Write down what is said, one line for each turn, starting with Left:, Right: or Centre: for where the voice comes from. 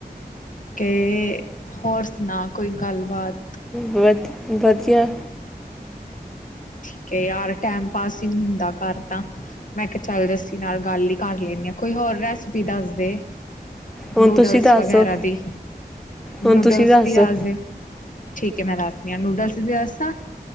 Left: ਕੇ ਹੋਰ ਸੁਣਾ ਕੋਈ ਗੱਲਬਾਤ।
Centre: ਬੋਤ ਵਧੀਆ।
Left: ਠੀਕ ਹੈ ਯਾਰ ਟੈਮ ਪਾਸ ਹੀ ਹੁੰਦਾ ਘਰ ਤਾਂ। ਮੈਂ ਕਿਹਾ ਚੱਲ ਜੱਸੀ ਨਾਲ ਗੱਲ ਹੀ ਕਰ ਲੈਂਣੀ ਆ। ਕੋਈ ਹੋਰ ਰੈਸਪੀ ਦੱਸਦੇ?
Centre: ਹੁਣ
Left: ਨੂਡਲਸ
Centre: ਤੁਸੀਂ ਦੱਸੋ
Left: ਵਗੈਰਾ ਦੀ,
Centre: ਹੁਣ
Left: ਨੂਡਲਸ
Centre: ਤੁਸੀਂ ਦੱਸੋ
Left: ਦੀ ਰਾਜ਼ੇ ਠੀਕ ਹੈ ਮੈਂ ਦੱਸਦੀ ਹਾਂ। ਨੂਡਲਸ ਦੀ ਵੀ ਦੱਸਾਂ।